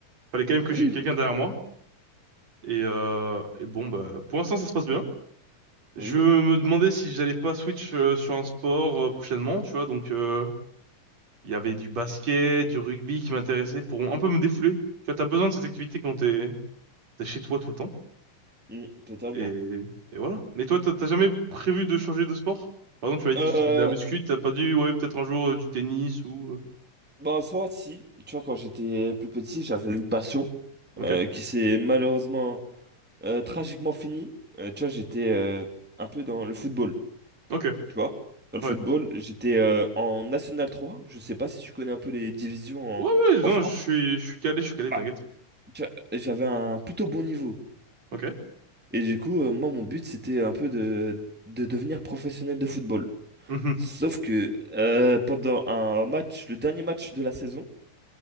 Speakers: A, on the right; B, in the centre.
A: Fallait quand même que j'ai
B: Oui,
A: quelqu'un
B: bien sûr.
A: derrière moi. Et, euh, et bon, bah, pour l'instant, ça se passe bien. Je
B: Oui,
A: me demandais si j'allais pas switch euh, sur un sport euh, prochainement, tu vois. Donc, euh, il y avait du basket, du rugby qui m'intéressait pour un peu me défouler. Tu vois, t'as besoin de cette activité quand t'es t'es chez toi tout le temps.
B: Mm, totalement.
A: Et, et voilà. Mais toi, t'as t'as jamais prévu de changer de sport? Par exemple, tu m'avais
B: Euh,
A: dit que tu faisais de la muscu, t'as pas dit, ouais, peut-être un jour euh, du tennis ou... euh,
B: bah, en soi, si. Tu vois, quand j'étais plus petit, j'avais une passion
A: Ok,
B: euh, qui s'est malheureusement, euh, tragiquement finie. Euh, tu vois, j'étais euh, un peu dans le football,
A: ok,
B: tu vois. Dans le
A: ouais.
B: football, j'étais euh, en National trois Je sais pas si tu connais un peu les divisions
A: Ouais,
B: en,
A: ouais, non,
B: en France.
A: je suis, je suis calé, je suis calé,
B: Bah,
A: t'inquiète.
B: tu vois, j'avais un plutôt bon niveau.
A: Ok.
B: Et du coup, euh, moi, mon but, c'était un peu de, de devenir professionnel de football.
A: Mhm.
B: Sauf que euh, pendant un match, le dernier match de la saison,